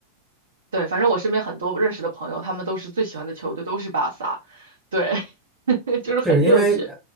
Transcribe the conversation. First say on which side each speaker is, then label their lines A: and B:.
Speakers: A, on the right; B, in the centre.
A: 对，反正我身边很多认识的朋友，他们都是最喜欢的球队都是巴萨，对，<laughs> 就是很热血。
B: 是因为